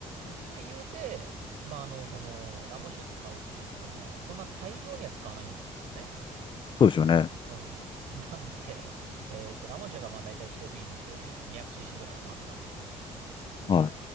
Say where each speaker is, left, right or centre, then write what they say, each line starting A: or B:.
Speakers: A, on the right; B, on the left.
A: で、言うて、まあ、あの、その、ラム酒使うって言っても、そんな大量には使わないんですよね。
B: そうですよね。
A: うん。なんで、えっと、ラム酒がまあ、だいたい一瓶で 200cc ぐらい余ったと。
B: はい